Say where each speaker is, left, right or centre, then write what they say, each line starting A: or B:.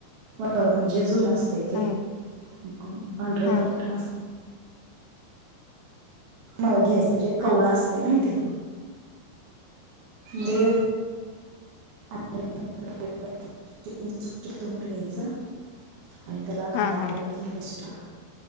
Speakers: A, on the right (about 65°); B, on the left (about 85°).
A: म्हणजे जुनं असतय. असतय
B: हा
A: ते पण पांढर
B: हा
A: जर मटण असल मांगी हाय म्हणजे कवळ
B: हा
A: असतय नई ते लय आणल्या नंतर ते स्वच्छ धुऊन घ्यायच. आणि त्याला कांदा
B: हा हा
A: आल
B: हा
A: लसूण पेष्ट